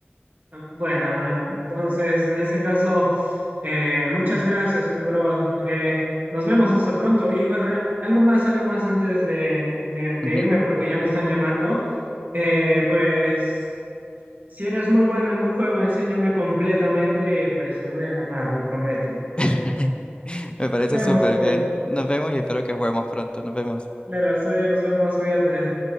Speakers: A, on the right; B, on the left.
A: Bueno, bueno, entonces en ese caso, eh, muchas gracias, Pedro. Eh, nos vemos eso pronto. Y oh, re- algo más, algo más antes de, de- de
B: Ujú.
A: irme, porque ya me están llamando. Eh, pues. Si eres muy bueno en un juego, enséñame completamente y pues te voy a ganar, lo prometo, lo prometo.
B: <laughs> Me parece
A: Nos vemos,
B: súper
A: pues.
B: bien. Nos vemos y espero que juguemos pronto. Nos vemos.
A: Claro, está bien, nos vemos, cuídate.